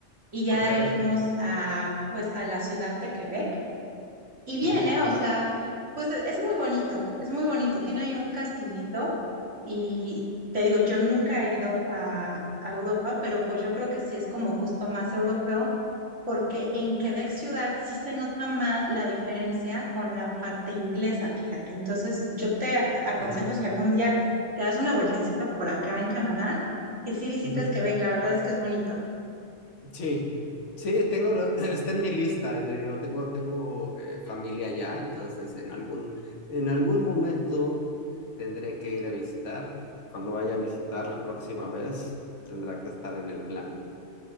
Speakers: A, on the right; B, on the left.
A: y ya
B: ok.
A: de ahí fuimos a, pues, a la ciudad de Quebec y viene,
B: Ujú,
A: o sea, pues e- es muy bonito, es muy bonito. Tiene ahí un castillito y te digo, yo nunca he ido a, a Europa, pero pues yo creo que sí es como justo más europeo, porque en Quebec ciudad sí se nota más la diferencia con la parte inglesa, fíjate. Entonces, yo te a- aconsejo
B: ujú,
A: si algún día te das una vueltecita por acá en Canadá, que sí visites
B: ujú.
A: Quebec, la verdad es que es bonito.
B: Sí, sí, tengo, lo- <laughs> está en mi lista, Te digo, tengo, tengo eh, familia allá, entonces en algún, en algún momento tendré que ir a visitar. Cuando vaya a visitar la próxima vez, tendrá que estar en el plan,